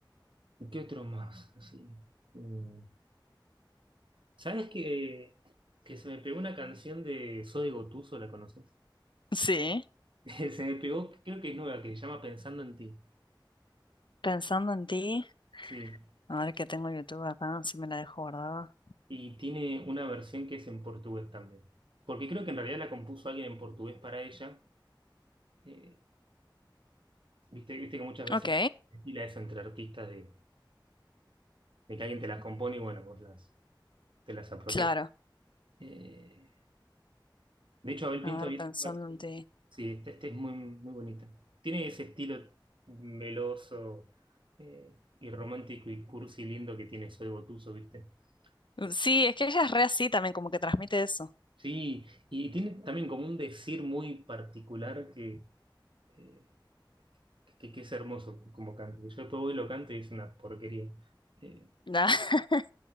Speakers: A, on the right (about 80°); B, on the left (about 70°).
A: ¿y qué otro más? Así, mm, ¿sabes que, que se me pegó una canción de Soy Gotuso, ¿la conoces?
B: Sí.
A: <laughs> Se me pegó, creo que es nueva, que se llama Pensando en ti.
B: Pensando en ti,
A: Sí.
B: a ver que tengo YouTube acá, si me la dejo guardada.
A: Y tiene una versión que es en portugués también. Porque creo que en realidad la compuso alguien en portugués para ella Eh, viste, viste que muchas veces
B: Ok,
A: se estila eso entre artistas de, de que alguien te las compone y bueno, vos las, te las apropias.
B: claro.
A: Eh, de hecho, Abel
B: A
A: Pinto,
B: ver,
A: vi-
B: pensando en ti.
A: sí, esta este es muy, muy bonita. Tiene ese estilo meloso eh, y romántico y cursi lindo que tiene Soy Gotuso, ¿viste? Eh,
B: Sí, es que ella es re así también, como que transmite eso.
A: sí, y tiene también como un decir muy particular que, eh, que, que es hermoso como cante. Yo después voy y lo canto y es una porquería. Eh,
B: Da. <laughs>